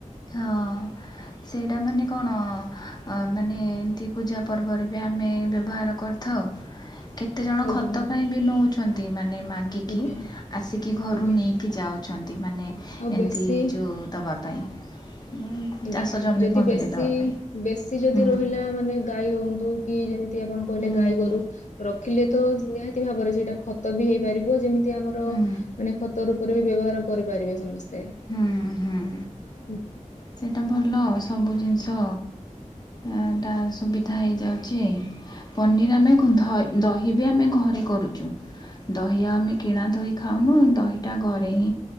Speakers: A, on the left; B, on the left.
A: ହଁ। ସେଇଟା ମାନେ କଣ ମାନେ ଏମିତି ପୂଜା ପର୍ବରେ ବି ଆମେ ବ୍ୟବହାର କରିଥାଉ। ହ କେତେଜଣ
B: ଆଜ୍ଞା
A: ଖତ
B: ଆଜ୍ଞା
A: ପାଇଁ ବି ନଉଛନ୍ତି ମାନେ ମାଗିକି
B: ଆଜ୍ଞା
A: ଆସିକି ଘରୁ
B: ଆଜ୍ଞା
A: ନେଇ କି ଯାଉଛନ୍ତି ମାନେ
B: ଆଉ
A: ଏମିତି
B: ବେଶୀ
A: ଯଉ ଦେବା ପାଇଁ। ଉଁ,
B: ଆଜ୍ଞା
A: ଚାଷ ଜମି
B: ଯଦି
A: ଫମିରେ
B: ବେଶୀ
A: ଦବା ପାଇଁ
B: ବେଶୀ ଯଦି
A: ହୁଁ
B: ରହିଲା ମାନେ ଗାଈ ହୁଅନ୍ତୁ କି ଯେମି ତି ଆପଣ କହିଲେ
A: ହୁଁ।
B: ଗାଈ ଗୋରୁ ରଖିଲେ ତ ନିହାତି ଭାବରେ ସେଇଟା ଖତ ବି ହେଇପାରିବ ଯେମି ତି ଆମର
A: ହୁଁ
B: ମାନେ ଖତ ରୂପରେ ବି ବ୍ୟବହାର କରିପାରିବେ ସମସ୍ତେ।
A: ହୁଁ ହୁଁ।
B: ହୁଁ,
A: ସେଟା ଭଲ ସବୁ ଜିନିଷ। ଏଟା ସୁବିଧା ହେଇଯାଉଛି। ପନିର ଆମେ ଧ ଦହି ବି ଆମେ ଘରେ କରୁଛୁ। ଦହି ଆମେ କିଣା ଦହି ଖାଉନୁ ଦହିଟା ଘରେ ହିଁ